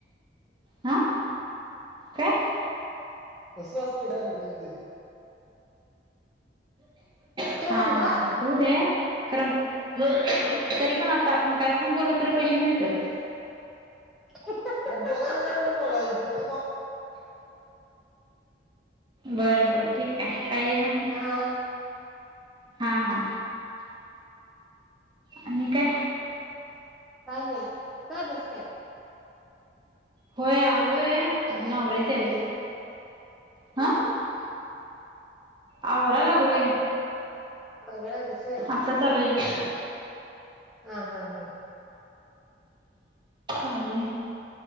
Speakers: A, on the right (about 25°); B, in the centre.
A: हा काय?
B: तसं असते <unintelligible> रे.
A: हा
B: ते म्हण
A: हा
B: ग
A: हु दे करम तरी <unintelligible> पण आता आपण काय पण बोलल तर पैसे मिळत्यात.
B: <unintelligible>
A: बर बर ठीक आहे काई आणि
B: हा
A: हा हा आणि काय
B: काय नाही आताय बस काय.
A: होय आलोय
B: हा
A: अजून आवरायच आहे बघ.
B: <unintelligible>
A: हा आवरा लागलोय.
B: आवरा लागलेस व्हय.
A: आत्ता चालूये जस्ट.
B: हा हा हा.
A: ांली